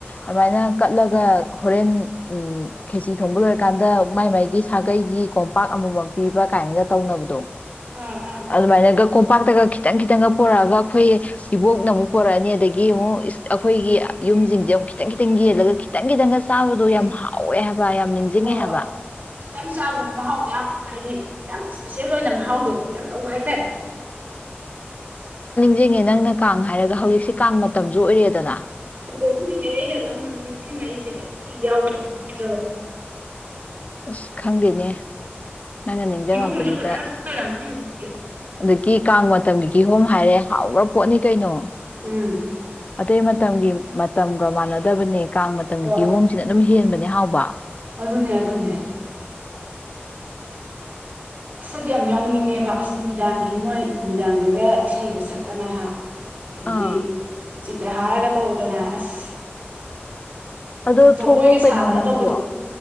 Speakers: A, on the left; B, on the right.
A: ꯑꯗꯨꯃꯥꯏꯅ ꯀꯠꯂꯒ ꯍꯣꯔꯦꯟ ꯎꯝ ꯈꯦꯠꯆꯤ ꯊꯣꯡꯕ ꯂꯣꯏꯔꯀꯥꯟꯗ ꯃꯥꯏ ꯃꯥꯏꯒꯤ ꯁꯥꯒꯩꯒꯤ ꯀꯣꯝꯄꯥꯛ ꯑꯃꯃꯝ ꯄꯤꯕ ꯀꯥꯏꯅꯒ ꯇꯧꯅꯕꯗꯣ
B: ꯑꯥ ꯑꯥ
A: ꯑꯗꯨꯃꯥꯏꯅꯒ ꯀꯣꯝꯄꯥꯛꯇꯒ ꯈꯤꯇꯪ ꯈꯤꯇꯪꯒ ꯄꯣꯔꯛꯑꯒ ꯑꯩꯈꯣꯏ ꯏꯕꯣꯛꯅ ꯑꯃꯨꯛ ꯄꯣꯔꯛꯑꯅꯤ ꯑꯗꯒꯤ ꯑꯃꯨꯛ ꯑꯩꯈꯣꯏꯒꯤ ꯌꯨꯝꯁꯤꯡꯁꯦ ꯑꯃꯨꯛ ꯈꯤꯇꯪ ꯈꯤꯇꯪ ꯌꯦꯜꯂꯒ ꯈꯤꯇꯪ ꯈꯤꯇꯪꯒ ꯆꯥꯕꯗꯣ
B: ꯎꯝ
A: ꯌꯥꯝ ꯍꯥꯎꯋꯦ ꯍꯥꯏꯕ ꯌꯥꯝ ꯅꯤꯡꯁꯤꯡꯉꯦ
B: ꯍꯣꯏ
A: ꯍꯥꯏꯕ
B: ꯍꯣꯏ ꯈꯤꯇꯪ ꯆꯥꯕꯗꯅ ꯃꯍꯥꯎꯗꯤ ꯌꯥꯝ ꯍꯥꯏꯗꯤ ꯌꯥꯝ ꯏꯁꯄꯤꯁꯦꯜ ꯑꯣꯏꯅ ꯃꯍꯥꯎꯗꯣ ꯌꯥꯝ ꯂꯧꯕ ꯍꯥꯏꯇꯥꯔꯦ
A: ꯌꯦꯡꯉꯦ ꯅꯪꯅ ꯀꯥꯡ ꯍꯥꯏꯔꯒ ꯍꯧꯖꯤꯛꯁꯦ ꯀꯥꯡ ꯃꯇꯝꯁꯨ ꯑꯣꯏꯔꯦꯗꯅ
B: ꯍꯣ ꯑꯗꯨꯒꯤꯅꯦ ꯑꯩꯅ ꯅꯉꯣꯟ ꯅꯤꯡꯖꯤꯡ ꯉꯛꯏꯁꯦ ꯑꯩ ꯌꯥꯎꯕ ꯐꯪꯉꯔꯣꯏꯗꯕ <unintelligible>
A: ꯑꯁ ꯈꯪꯗꯦꯅꯦ ꯅꯪꯩꯅ ꯅꯤꯡꯁꯤꯡꯉꯛꯄꯁꯤꯗ
B: ꯀꯤꯍꯣꯝꯁꯨ ꯐꯖꯅ ꯊꯣꯛꯅꯔꯝꯃꯅꯤ ꯍꯧꯖꯤꯛꯇꯤ
A: ꯑꯗꯒꯤ ꯀꯥꯡ ꯃꯇꯝꯒꯤ ꯀꯤꯍꯣꯝ ꯍꯥꯏꯔꯦ ꯍꯥꯎꯒꯔ ꯄꯣꯠꯅꯤ ꯀꯩꯅꯣ
B: ꯎꯝ
A: ꯑꯇꯩ ꯃꯇꯝꯒꯤ ꯃꯇꯝꯒ ꯃꯥꯟꯅꯗꯕꯅꯦ ꯀꯥꯡ ꯃꯇꯝꯒꯤ
B: ꯍꯣꯏ
A: ꯀꯤꯍꯣꯝꯁꯤꯅ ꯑꯗꯨꯝ ꯍꯦꯟꯕꯅꯦ ꯍꯥꯎꯕ
B: ꯑꯗꯨꯅꯦ ꯑꯗꯨꯅꯦ ꯑꯁ ꯑꯩꯗꯤ ꯌꯥꯝ ꯌꯥꯎꯅꯤꯡꯉꯦꯕ ꯑꯁ ꯅꯨꯃꯤꯠ ꯅꯨꯃꯤꯗꯥꯡꯒꯤ ꯃꯣꯏ ꯅꯨꯃꯤꯗꯥꯡꯗꯒ ꯏꯁꯩꯒ ꯁꯛꯇꯅ ꯍꯥ ꯑꯗꯒꯤ
A: ꯑꯥ
B: ꯆꯤ <unintelligible> ꯇ꯭ꯔꯍꯥꯥꯔꯒ ꯇꯧꯗꯅ ꯑꯁ
A: ꯑꯗꯣ
B: ꯖꯒꯣꯏꯒ
A: ꯊꯣꯛꯂꯛꯎ ꯀꯩꯅꯣ
B: ꯁꯥꯗꯅ
A: ꯅꯪꯁꯨ
B: ꯇꯧꯕꯗꯣ